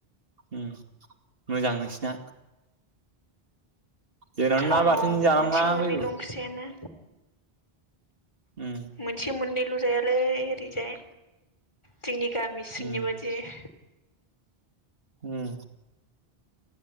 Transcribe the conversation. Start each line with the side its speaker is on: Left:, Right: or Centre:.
Right: उम मोजां नोंसिना जोंनाथ'
Left: थाउनाव
Right: ना बाथोन जानांला
Left: मोनसे मोननैल'
Right: बायगौ
Left: ओंख्रिआनो
Right: उम
Left: मोनसे मोननैल' जायालै ओरैजाय जोंनि गामि सिंनि
Right: उम
Left: बादि <unintelligible>
Right: उम